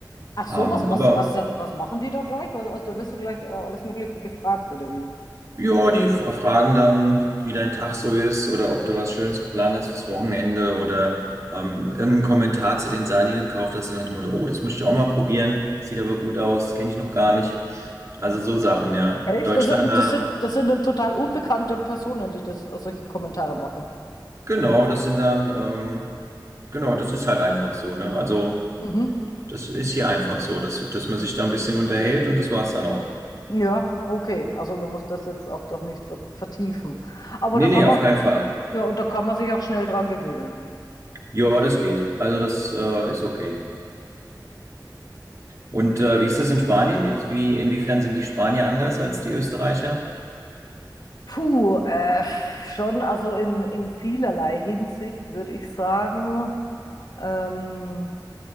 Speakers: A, on the left; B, on the right.
A: Ach so,
B: Ähm,
A: was,
B: aber
A: was, was, was machen die da gleich? Was, also da wirst du gleich äh, alles Mögliche gefragt, oder wie?
B: Ja, die f- fragen dann, wie dein Tag so ist oder ob du was Schönes geplant hast fürs Wochenende oder ähm, irgendeinen Kommentar zu den Sachen, die du gekauft hast. Dann hat jemand, oh, das muss ich auch mal probieren. Sieht aber gut aus, kenne ich noch gar nicht. Also so Sachen, ja.
A: Echt?
B: Deutschland
A: Also,
B: da,
A: das sind, das sind dann total unbekannte Personen, die das, solche Kommentare machen.
B: genau, das sind dann, ähm, genau, das ist halt einfach so, ne? Also
A: Mhm.
B: das ist hier einfach so, dass, dass man sich da ein bisschen unterhält und das war's dann auch.
A: Ja, okay. Also man muss das jetzt auch doch nicht ver- vertiefen. Aber
B: Nee,
A: da kann
B: nee,
A: man,
B: auf keinen Fall.
A: ja, und da kann man sich auch schnell dran gewöhnen.
B: Ja, das geht. Also das äh, ist okay. Und äh, wie ist das in Spanien? Ist- Wie, inwiefern sind die Spanier anders als die Österreicher?
A: Puh, äh, schon, also in, in vielerlei Hinsicht würde ich sagen. Ähm,